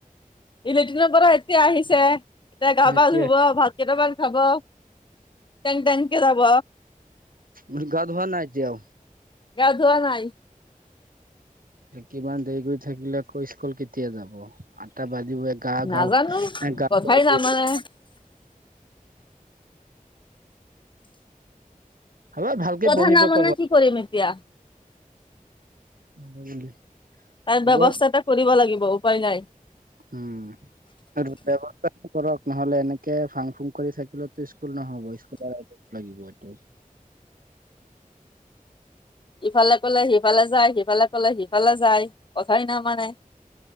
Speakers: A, on the left; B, on the right.
A: ই লেট্ৰিনৰ পৰা এতিয়া আহিছে এতিয়া গা
B: এতিয়া
A: পা ধুব ভাত কেইটামান খাব। টেং টেংকে যাব
B: উ গা ধোৱা নাই এতিয়াও
A: গ ধোৱা নাই।
B: কিমান দেৰি কৰি থাকিলে আকৌ স্কুল কেতিয়া যাব আটা বাজিব। গা গা
A: নাজানো
B: গা
A: কথাই
B: <unintelligible>
A: নামানে
B: হব ভালকে
A: কথা
B: পহিব
A: নামানে
B: ক'ব,
A: কি কৰিম এতিয়া
B: নাজাও বুলি
A: তাৰ
B: এইবাৰ
A: ব্যৱস্থা এটা কৰিব লাগিব উপায় নাই।
B: উম ব্যয়ৱস্থাটো কৰক নহলে এনেকে ফাং ফুং কৰি থাকিলো স্কুল নহ'ব স্কুলৰ- লাগিব এইটো।
A: ইফালে কলে সিফালে যায়। সিফালে কলে সিফালে যায় কথাই নামানে